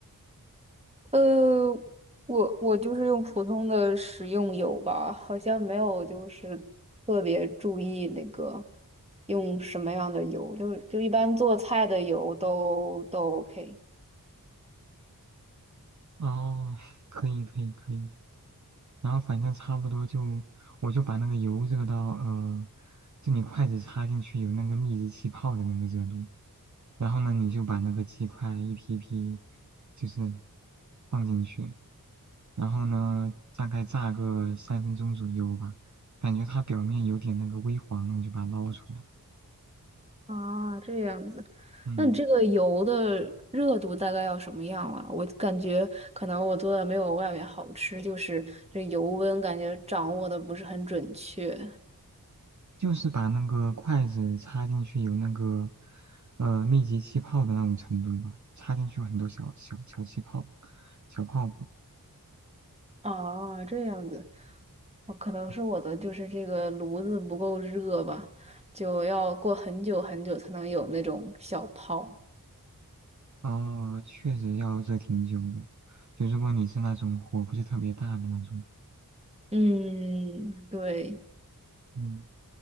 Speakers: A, on the right; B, on the right.
A: 呃，我我就是用普通的食用油吧，好像没有就是特别注意那个用什么样的油，就是就一般做菜的油都都 OK。
B: 哦，<laughs> 可以可以可以，然后反正差不多就，我就把那个油热到，呃，就你筷子插进去有那个密集气泡的那个热度，然后呢，你就把那个鸡块一批批，就是放进去，然后呢，大概炸个三分钟左右吧，感觉它表面有点那个微黄了，你就把它捞出来。
A: 啊，这样子，
B: 嗯，
A: 那你这个油的热度大概要什么样啊？我感觉可能我做的没有外面好吃，就是这油温感觉掌握的不是很准确。
B: 就是把那个筷子插进去有那个，呃，密集气泡的那种程度吧，插进去有很多小小小气泡，小泡泡。
A: 啊，这样子，哦可能是我的就是这个炉子不够热吧，
B: 嗯
A: 就要过很久很久才能有那种小泡。
B: 哦，确实要热挺久的，就如果你是那种火不是特别大的那种，
A: 嗯，对。
B: 嗯